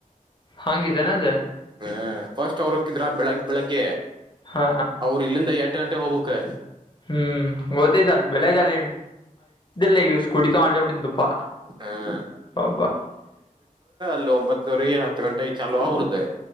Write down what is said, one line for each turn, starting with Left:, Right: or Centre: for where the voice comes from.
Left: ಹಂಗಿದ್ದೇನೆ ಅದ
Right: ಹ ಫಸ್ಟ್ ಅವ್ರು ಹಕ್ಕಿದ್ರ ಬೆಳಗ್ ಬೆಳಗ್ಗೆ
Left: ಹಾ
Right: ಅವರು ಇಲ್ಲಿಂದ ಎಂಟು ಗಂಟೆ ಹೋಗ್ಬಬೇಕಕ್
Left: ಹ್ಮ್ ಗೊತ್ತೈತ ಅಲ್ ಬೆಳಗೆಲ್ಲ ಇಲ್ಲ ಈ ಸ್ಕೂಟಿ ತಲ್ಲಿ ಅ್ದಪ್ಪಾ
Right: ಹ
Left: ಪಪಾ
Right: ಇಲ್ಲಿ ಒಂಬತ್ತುವರೆ ಹತ್ತು ಗಂಟೆಗೆ ಚಾಲ ಅವರುದ